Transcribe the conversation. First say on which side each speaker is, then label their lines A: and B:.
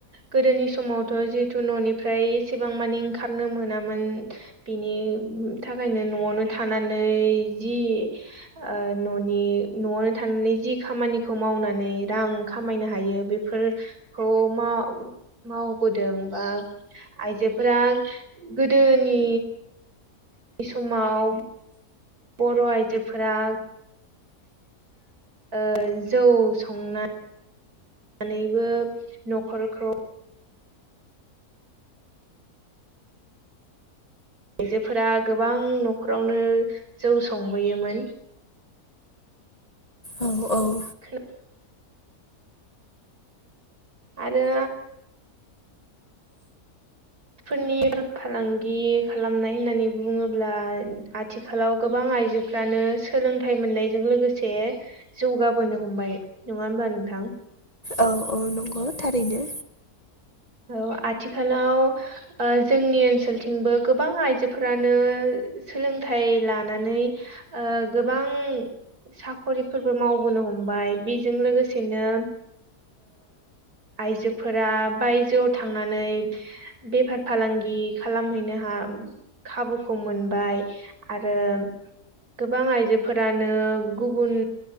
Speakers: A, on the right; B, on the left.
A: गोदोनि समावथ' जिहेतु न'निफ्राय एसेबां माने ओंखारनो मोनामोन। बिनि थाखायनो न'आवनो थानानै जि ओ न'नि न'आवनो थानानै जि खामानिखौ मावनानै रां खामायनो हायो बे फोर खौ मावबोदों बा आयजोफोरा गोदोनि बे समाव बर' आइजोफोरा ओ जौ संनानैबो न'खरखौ आइजोफोरा गोबां न'खरावनो जौ संबोयोमोन।
B: औ औ
A: <unintelligible> आरो फोरनि फालांगि खालामनाय होननानै बुङोब्ला आथि खालाव गोबां आइजोफ्रानो सोलोंथाइ मोननायजों लोगोसे जौगाबोनो हमबाय नङा होमबा नोंथां
B: औ औ नंगौ थारैनो
A: औ आथिखालाव ओ जोंनि ओनसोलथिंबो गोबां आइजोफोरानो सोलोंथाइ लानानै ओ गोबां साख'रिफोरबो मावबोनो हमबाय बेजों लोगोसेनो आइजोफोरा बायजोआव थांनानै बेफार फालांगि खालामहैनो हा खाबुखौ मोनबाय आरो गोबां आइजोफोरानो गुबुन